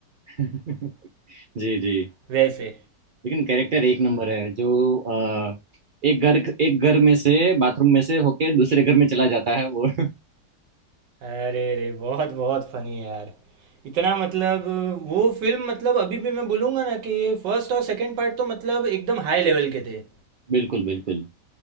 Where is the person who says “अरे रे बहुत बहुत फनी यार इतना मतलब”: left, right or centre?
Right